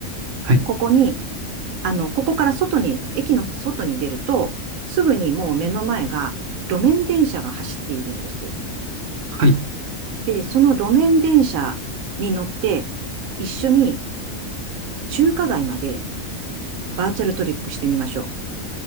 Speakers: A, on the right; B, on the right.
A: はい。
B: ここに、あの、ここから外に、駅の外に出ると、すぐにもう目の前が路面電車が走っているんです。
A: はい。
B: で、その路面電車に乗って、一緒に中華街までバーチャルトリップしてみましょう。